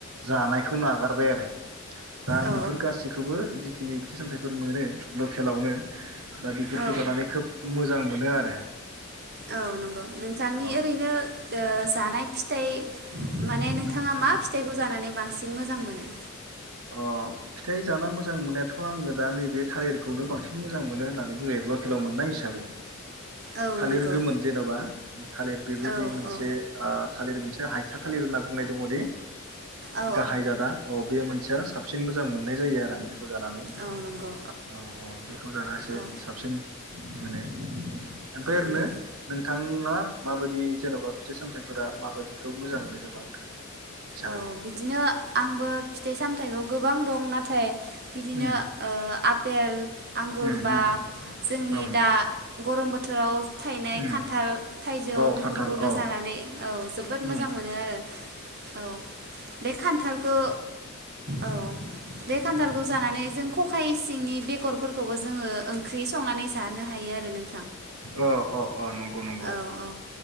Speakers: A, on the right (about 85°); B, on the right (about 50°).
A: जानाय खौ नागारबाय आरो दा आं
B: औ
A: बेफोर गासैखौबो जिखिनि से सामथाइफोर मोनो लकेलावनो दा बेफोरखौ
B: औ
A: जानानै खोब मोजा मोजां मोनो आरो
B: औ नंगौ नोंथांनि
A: औ
B: ओरैनो ओ जानाय फिथाइ माने नोंथाङा मा फिथाइखौ जानानै बांसिन मोजां मोनो
A: अ फिथाइ जाना मोजां मोननाया थ' आङो दा नैबे थालिरखौनो बांसिन मोजां मोनो होन्नानै बुङो जायो लकेलाव मोन्नाय हिसाबै
B: औ
A: थालिर
B: नंगौ
A: गोमोन जेन'बा थालिर बेबो
B: औ
A: बै मोनसे
B: औ
A: ओ थालिर मोनसे हायथा थालिर होन्ना बुंनाय दङदि
B: औ
A: गाहाय जादा अ बे मोनसे साबसिन मोजां मोन्नाय जायो आरो आं बेखौ जानानै
B: औ नंगौ
A: औ औ बेखौ जाना एसे
B: औ
A: साबसिन माने ओमफ्राय ओरैनो
B: उम
A: नोंथाङा माबायदि जेन'बा फिथाइ सामथायाइफोरा माबायदिखौ मोजां मोनो जेनेबा नोंथां हिसाबै
B: औ बिदिनो आंबो फिथाइ सामथाइखौ गोबां दं नाथाय बिदिनो
A: उम
B: आपेल आंगुर
A: उम
B: बा
A: उम
B: जोंनि
A: औ
B: दा गरम बोथोराव थायनाय
A: उम
B: खान्थाल थाइजौ
A: औ
B: बेफोरखौनो
A: खान्थाल औ
B: जानानै औ जोबोद
A: उम
B: मोजां मोनो आरो औ बे खान्थालखौ औ बे खान्थालखौ जानानै जों खखाय सिंनि बेगरफोरखौबो जोङो ओंख्रि संनानै जानो हायो आरो नों
A: अ अ अ नंगौ नंगौ
B: औ औ